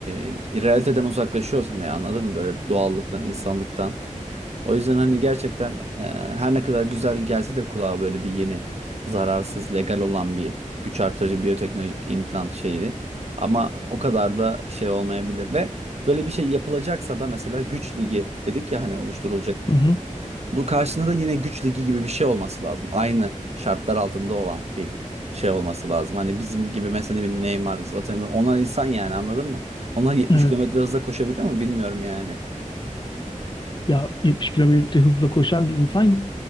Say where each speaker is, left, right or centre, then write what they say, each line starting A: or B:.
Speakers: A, on the right (about 55°); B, on the left (about 35°).
A: e, realiteden uzaklaşıyoruz hani anladın mı? Böyle doğallıktan, insanlıktan. O yüzden hani gerçekten e, her ne kadar güzel gelse de kulağa böyle bir yeni zararsız legal olan bir güç artırıcı biyoteknolojik implant şeydi. Ama o kadar da şey olmayabilir ve böyle bir şey yapılacaksa da mesela güç ligi dedik ya hani oluşturulacak.
B: Hı hı.
A: Bu karşısında da yine güç ligi gibi bir şey olması lazım. Aynı şartlar altında olan bir şey olması lazım. Hani bizim gibi mesela bir Neymar, Zlatan onlar insan yani anladın mı? Onlar 70
B: Evet.
A: kilometre hızla koşabiliyor mu bilmiyorum yani.
B: Ya 70 kilometre hızla koşan bir insan